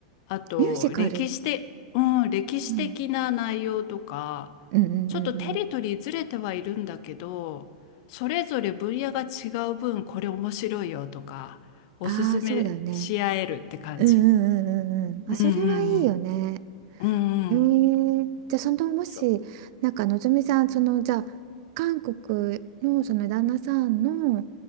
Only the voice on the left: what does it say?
あと歴史的、
うん、歴史的な内容とか
ちょっとテリトリーずれてはいるんだけどそれぞれ分野が違う分これ面白いよとかおすすめし合えるって感じ。
うん
うんうんうんうん
そう